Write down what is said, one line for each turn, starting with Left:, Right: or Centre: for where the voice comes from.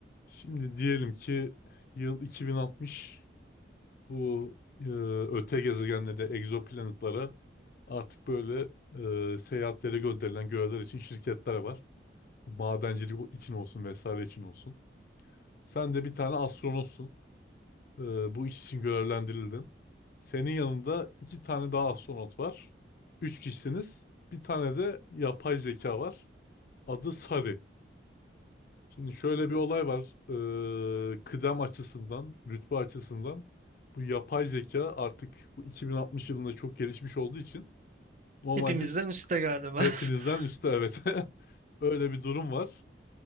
Left: Şimdi diyelim ki yıl 2060 bu e, öte gezegenlere, egzoplanetlara artık böyle e, seyahatlere gönderilen görevler için şirketler var. Bu madencilik için olsun vesaire için olsun. Sen de bir tane astronotsun. E, bu iş için görevlendirildin. Senin yanında iki tane daha astronot var. Üç kişisiniz. Bir tane de yapay zeka var. Adı Sari. Şimdi şöyle
Right: Hı.
Left: bir olay var. Ee, kıdem açısından, rütbe açısından bu yapay zeka artık bu 2060 yılında çok gelişmiş olduğu için normalde
Right: Hepimizden
Left: s-
Right: üstte galiba.
Left: hepinizden
Right: <laughs>
Left: üstte evet. <laughs> Öyle bir durum var.